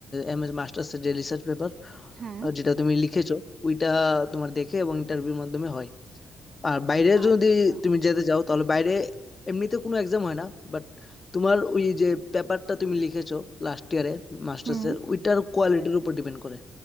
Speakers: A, on the left; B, on the right.
A: এম এস মাস্টার্সের যে রিসার্চ পেপার
B: হ্যাঁ
A: যেটা তুমি লিখেছো ওইটা তোমার দেখে এবং ইন্টারভিউর মাধ্যমে হয় আর বাইরে
B: আচ্ছা
A: যদি তুমি যেতে চাও তাহলে বাইরে এমনিতে কোনো এক্সাম হয় না বাট তোমার ওই যে পেপারটা তুমি লিখেছো লাস্ট ইয়ারে মাস্টার্সের
B: হুম
A: ওইটার কোয়ালিটির উপর ডিপেন্ড করে